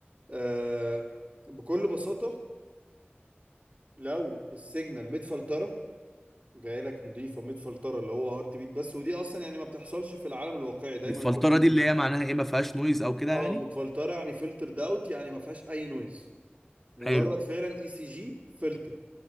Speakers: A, on the right; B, in the centre.
A: آه بكل بساطه لو السيجنال متفلتره جاي لك نضيفه متفلتره اللي هو هارت بيت بس ودي اصلا يعني ما بتحصلش في العالم الواقعي دايما
B: الفلتره
A: بيبقى فيه نويز
B: دي اللي هي معناها ايه ما فيهاش نويز او كده
A: اه
B: يعني
A: متفلتره يعني فلتر داوت يعني ما فيهاش اي نويز مجرد
B: حلو
A: فعلا اي سي جي فلتر